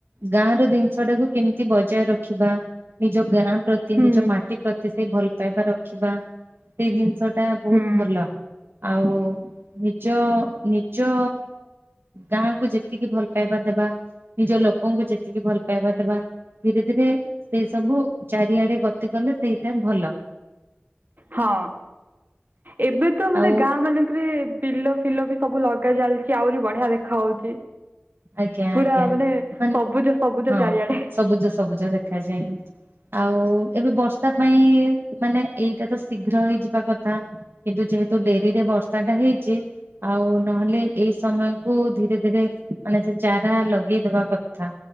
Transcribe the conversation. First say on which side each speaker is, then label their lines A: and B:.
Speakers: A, on the right; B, on the right.
A: ଗାଁର ଜିନିଷଟାକୁ କେମିତି ବଜାୟ ରଖିବା। ନିଜ ଗାଁ ପ୍ରତି
B: ହୁଁ
A: ନିଜ ମାଟି ପ୍ରତି ସେଇ ଭଲ ପାଇବା ରଖିବା। ସେଇ ଜିନିଷ ଟା ବହୁତ
B: ହୁଁ
A: ଭଲ। ଆଉ ନିଜ ନିଜ ଗାଁକୁ ଯେତିକି ଭଲ ପାଇବା ଦେବା। ନିଜ ଲୋକଙ୍କୁ ଯେତିକି ଭଲ ପାଇବା ଦବା। ଧୀରେ ଧୀରେ ସେ ସବୁ ଚାରିଆଡେ ଗତି କଲେ ସେଇଟା ଭଲ।
B: ହଁ, ଏବେ ତ ମାନେ
A: ଆଉ
B: ଗାଁ ମାନ ଙ୍କେରେ ବିଲ ଫିଲ ବି ସବୁ ଲଗା ଚାଲଚି। ଆଉରି ବଢିଆ ଦେଖା ହଉଛି।
A: ଆଜ୍ଞା,
B: ପୁରା
A: ଆଜ୍ଞା, ମାନେ
B: ସବୁଜ ସବୁଜ
A: ହଁ
B: ଚାରିଆଡେ
A: ସବୁଜ ସବୁଜ ଦେଖାଯାଏ। ଆଉ ଏବେ ବର୍ଷା ପାଇଁ ମାନେ ଏଇଟା ତ ଶୀଘ୍ର ହେଇଯିବା କଥା। କିନ୍ତୁ ଯେହେତୁ ଡେରିରେ ବର୍ଷାଟା ହେଇଚି। ଆଉ ନହେଲେ ଏଇ ସମୟ କୁ ଧୀରେ ଧୀରେ ମାନେ ସେ ଚାରା ଲଗେଇଦବା କଥା।